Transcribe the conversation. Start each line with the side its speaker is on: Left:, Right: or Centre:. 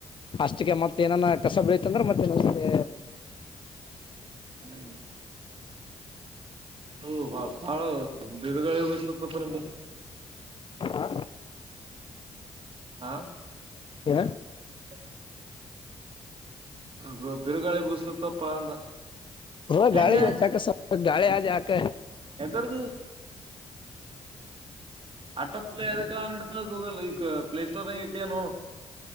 Left: ಅಷ್ಟಕ್ಕೆ ಮತ್ತ ಏನಾನ ಕಸ ಬೆಳೀತಂದ್ರೆ ಮತ್ತ ನ ಸರಿ.
Right: ಹ್ಮ್. <unintelligible> ಅದು ಬಹಳ. <unintelligible>
Left: ಆ
Right: ಹಾ
Left: ಏನ್.
Right: ಹ್ಮ. ಅದ್ ಬಿರುಗಾಳಿ ಬೂಸ್ಲ ತಪ್ಪ ಅಂದ.
Left: ಹಾ
Right: ಹೆಂಗ
Left: ಗಾಳಿ ವ ಚಾಕ ಗಾಳೆ ಆಜ ಆಕ.
Right: ಎದರ್ದು ಅಟೋ ಪ್ಲೇ ಅದಕ್ಕೆಡ್ತ ಗೂಗಲ್ ಈ ಪ್ಲೇ ಸ್ಟೋರ್ ನ ಇಟ್ಟ ನೋಡು